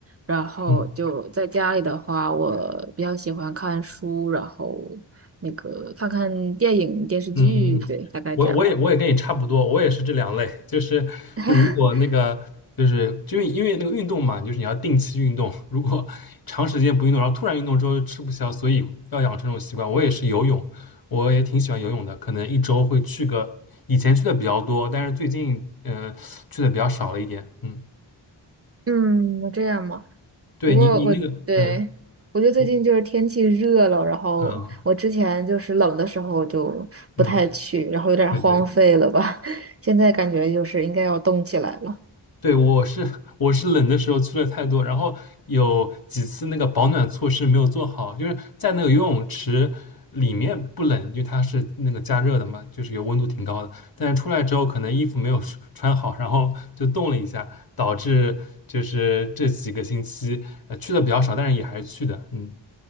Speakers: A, on the right (about 35°); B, on the left (about 50°).
A: 然后就在家里的话，
B: 嗯
A: 我比较喜欢看书，然后那个看看电影、电视剧，
B: 嗯嗯，
A: 对，大概这样。
B: 我我也我也跟你差不多，我也是这两类，就是就如果那个就是就因为因为那个运动嘛，
A: <laughs>
B: 就是你要定期运动，如果长时间不运动，然后突然运动之后就吃不消，所以要养成这种习惯。我也是游泳，我也挺喜欢游泳的，可能一周会去个，以前去的比较多，但是最近嗯、呃去的比较少了一点。嗯，
A: 嗯，这样吗？
B: 对你你那个嗯
A: 不过我对我觉得最近就是天气热了，
B: 我
A: 然后我之前就是冷的时候就不太去，
B: 啊嗯
A: 然后有点荒废了吧。
B: 对对。
A: <laughs> 现在感觉就是应该要动起来了。
B: 对，我是我是冷的时候去了太多，然后有几次那个保暖措施没有做好，就是在那个游泳池里面不冷，因为它是那个加热的嘛，就是有温度挺高的，但是出来之后可能衣服没有 <laughs> 穿好，然后就冻了一下，导致就是这几个星期呃去的比较少，但是也还是去的，嗯。